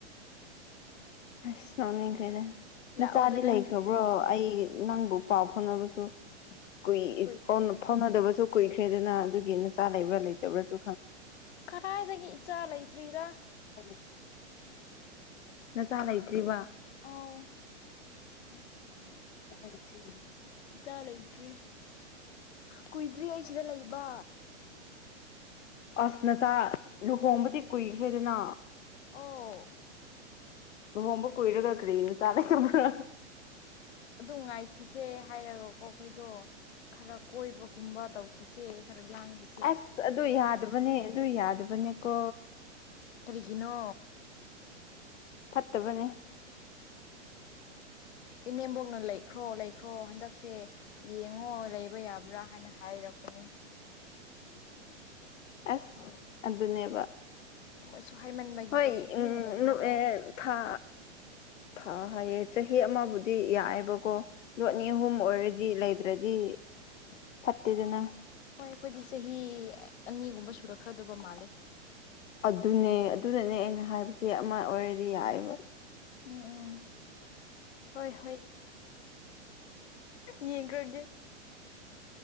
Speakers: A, on the left; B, on the left.
A: ꯑꯁ ꯅꫭꯛꯅꯤꯡꯈ꯭ꯔꯦꯗ ꯅꯆꯥꯗꯤ
B: ꯂꯥꯛꯑꯣꯗ ꯅꯪ
A: ꯂꯩꯈ꯭ꯔꯕ꯭ꯔꯣ ꯑꯩ ꯅꯪꯕꯨ ꯄꯥꯎ ꯐꯥꯎꯅꯕꯁꯨ ꯀꯨꯢ
B: ꯀꯨꯏ
A: ꯐꯥꯎꯅꯗꯕꯁꯨ ꯀꯨꯏꯈ꯭ꯔꯦꯗꯅ ꯑꯗꯨꯒꯤ ꯅꯆꯥ ꯂꯩꯕ꯭ꯔ ꯂꯩꯇꯕ꯭ꯔꯁꯨ
B: ꯀꯔꯥꯏꯗꯒꯤ ꯏꯆꯥ ꯂꯩꯇ꯭ꯔꯤꯗ
A: <inaudible> <inaudible> ꯅꯆꯥꯥ ꯂꯩꯇ꯭ꯔꯤꯕ
B: ꯑꯥꯎ
A: <inaudible>
B: ꯏꯆꯥ ꯂꯩꯇ꯭ꯔꯤ ꯀꯨꯏꯗ꯭ꯔꯤ ꯑꯩ ꯁꯤꯗ ꯂꯩꯕ
A: ꯑꯁ ꯅꯆꯥ ꯂꯨꯍꯣꯡꯕꯗꯤ ꯀꯨꯏꯈ꯭ꯔꯦꯗꯅ
B: ꯑꯣ
A: ꯂꯨꯍꯣꯡꯕ ꯀꯨꯏꯔꯒ ꯀꯔꯤꯒꯤ ꯅꯆꯥ ꯂꯩꯇꯕ꯭ꯔ
B: ꯑꯗꯨꯝ ꯉꯥꯏꯈꯤꯁꯦ ꯍꯥꯏꯔꯒꯀꯣ ꯑꯈꯣꯏꯗꯣ ꯈꯔ ꯀꯣꯏꯕꯒꯨꯝꯕ ꯇꯧꯈꯤꯁꯦ ꯈꯔ ꯂꯥꯡꯒꯤ
A: ꯑꯁ ꯑꯗꯨ ꯌꯥꯗꯕꯅꯦ ꯑꯗꯨ ꯌꯥꯗꯕꯅꯦꯀꯣ
B: ꯀꯔꯤꯒꯤꯅꯣ
A: ꯐꯠꯇꯕꯅꯦ <inaudible>
B: ꯏꯅꯦꯝꯕꯣꯛꯅ ꯂꯩꯈ꯭ꯔꯣ ꯂꯩꯈ꯭ꯔꯣ ꯍꯟꯗꯛꯁꯦ ꯌꯦꯡꯉꯣ ꯂꯩꯕ ꯌꯥꯕ꯭ꯔꯥ ꯍꯥꯏꯅ ꯍꯥꯏꯔꯛꯄꯅꯤ
A: ꯑꯁ ꯑꯗꯨꯅꯦꯕ
B: ꯃꯣꯏꯁꯨ ꯍꯥꯏꯃꯟꯕꯒꯤꯀꯣ
A: ꯍꯣꯏ
B: ꯑꯩꯁꯨ ꯇꯨꯃꯤꯟꯅ
A: ꯎꯝ
B: ꯂꯩꯔꯕ
A: ꯑꯦ ꯊꯥ ꯊꯥ ꯍꯥꯏꯌꯦ ꯆꯍꯤ ꯑꯃꯕꯨꯗꯤ ꯌꯥꯏꯌꯦꯕꯀꯣ ꯂꯣꯠꯅꯤ
B: ꯎꯝ
A: ꯑꯍꯨꯝ ꯑꯣꯏꯔꯗꯤ ꯂꯩꯗ꯭ꯔꯗꯤ ꯐꯠꯇꯦꯗꯅ
B: ꯍꯣꯏ ꯑꯩꯈꯣꯏꯗꯤ ꯆꯍꯤ ꯑꯅꯤꯒꯨꯝꯕ ꯁꯨꯔꯛꯈ꯭ꯔꯗꯕ ꯃꯥꯜꯂꯦ
A: ꯑꯗꯨꯅꯦ ꯑꯗꯨꯅꯅꯦ ꯑꯩꯅ ꯍꯥꯏꯕꯁꯦ ꯑꯃ ꯑꯣꯏꯔꯗꯤ ꯌꯥꯏꯌꯦꯕ
B: ꯎꯝ ꯎꯝ ꯍꯣꯏ ꯍꯣꯏ ꯌꯦꯡꯈ꯭ꯔꯒꯦ